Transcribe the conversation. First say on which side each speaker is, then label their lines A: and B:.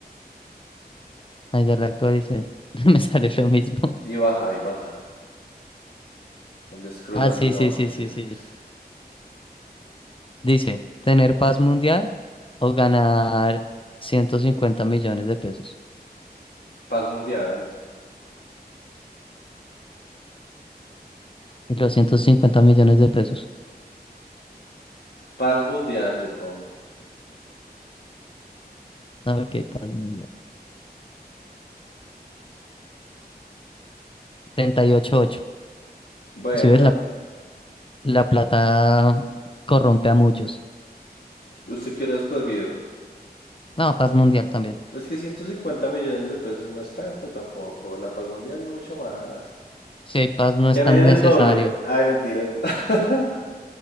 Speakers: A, on the left; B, on the left.
A: Ah, ya la actualicé. <laughs> Me sale lo mismo.
B: Y baja, y baja. Hazle scroll
A: Ah,
B: hacia
A: sí,
B: abajo,
A: sí, sí,
B: sí,
A: sí,
B: sí,
A: sí.
B: sí.
A: Dice, ¿tener paz mundial o ganar 150 millones de pesos?
B: Paz mundial.
A: Y los 150 millones de pesos.
B: Paz mundial, yo pongo.
A: A ver qué paz mundial. treinta y ocho ocho
B: Bueno,
A: Si ves, la, la plata corrompe a muchos.
B: ¿usted qué hubiera escogido?
A: No, paz mundial también.
B: Es que 150 millones de pesos no es tanto tampoco. La paz mundial es mucho más.
A: Si hay paz, no
B: Que
A: es
B: me
A: tan
B: den
A: necesario.
B: el doble. Ay, mentiras. <laughs>